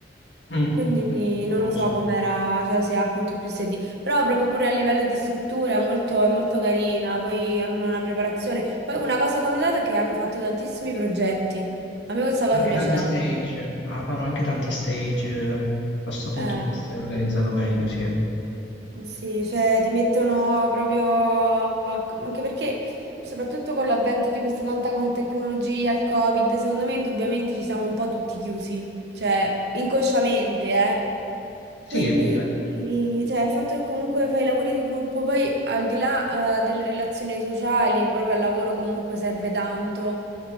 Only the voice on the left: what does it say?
Mm, mm,
non
lo
so.
Anche
tanti
stage, avevano anche tanti stage, a questo punto
di vista è organizzato meglio, sì.
Sì,
è vero.